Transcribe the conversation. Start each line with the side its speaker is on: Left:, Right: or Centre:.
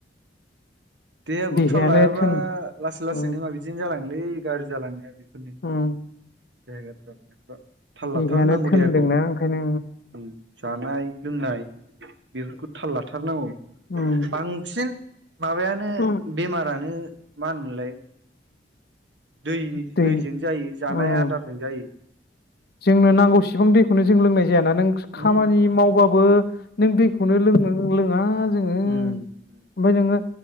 Right: देहाखौथाल
Left: देहायानो
Right: लायाबा
Left: थोन
Right: लासै लासैनो
Left: उम
Right: मा बिदिनो जाालांलै गाज्रि जालांनाया नि
Left: उम
Right: जग जनायफ्रा <unintelligible> थाल
Left: देहायानो
Right: लाथार नांगौ
Left: थोनदोंना
Right: देहाखौ
Left: ओंखायनो
Right: उम जानाय लोंनाय। बेफोरखौ थाल लाथारनांगौ
Left: उम
Right: बांसिन माबायानो
Left: उम
Right: बेमारा नो मा होनोमोनलाय? दैनि
Left: दै
Right: दैजों जायो जानाय
Left: उम
Right: आदारजों जायो।
Left: जोंनो नांगौसिबां दैखौनो जों लोंनाय जायाना नों खामानि
Right: उम
Left: मावबाबो नों दैखौनो लोङो लोङा जोङो
Right: उम उम
Left: ओमफ्राय नोङो